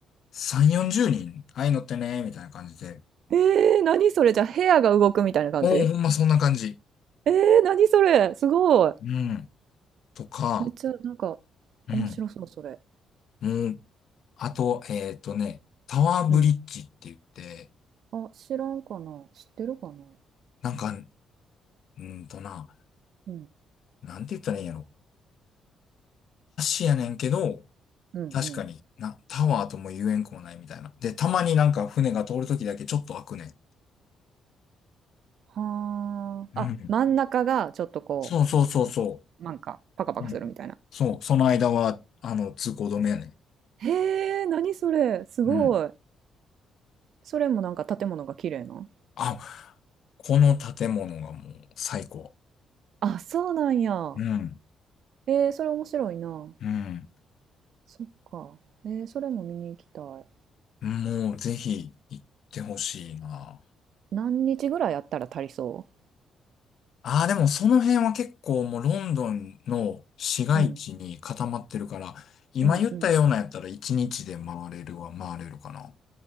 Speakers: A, on the left; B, on the right.
A: 3、40人ああいうのってね、みたいな感じで。
B: えー、何それじゃあ部屋が動くみたいな感じ
A: もうほんまそんな感じ。
B: えー、何それすごい。
A: うん。とか、
B: めっちゃなんか
A: うん。
B: 面白そうそれ。
A: もう、あと、えっとね、タワーブリッジって言って、
B: うん。あ、知らんかな。知ってるかな。
A: なんか、うーんとな、
B: うん。
A: なんて言ったらいいんやろ。橋やねんけど、
B: うんうん。
A: 確かにな、タワーとも言えんくもないみたいな。で、たまになんか船が通るときだけちょっと開くねん。
B: はあ。
A: うん。
B: あ、真ん中がちょっとこ
A: そうそうそうそ
B: う、なんか、パカパカするみたいな。
A: う。うん。そう、その間は、あの、通行止めやね
B: へえ、何それ。すごい。
A: ん。うん。
B: それもなんか建物が綺麗な。
A: あ、この建物がもう最高。
B: あ、そうなんや。
A: うん、
B: えー、それ面白いな。
A: うん。
B: そっか。えー、それも見に行きたい。
A: もうぜひ行ってほしいな。
B: 何日ぐらいやったら足りそ
A: ああ、でもその辺は結構もうロンドンの市街地に固まってるから、
B: ううん、
A: 今言ったようなやったら1日で回れるは回れるかな。
B: うん、うん。